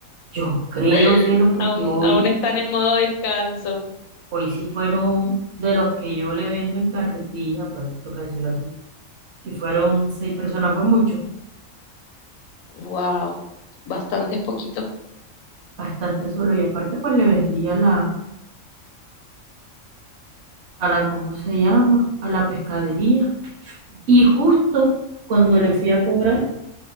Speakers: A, on the right; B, on the left.
A: yo creo,
B: <laughs>
A: cielo, porque
B: aún,
A: hoy,
B: aún están en modo descanso.
A: hoy sí fueron de los que yo le vendo en carretilla, por ahí toca decirlo así, si fueron seis personas fue mucho,
B: Wow, bastante poquito.
A: bastante solo. Y aparte pues le vendía a la, a la, ¿cómo se llama? A la pescadería. Y justo cuando le fui a cobrar,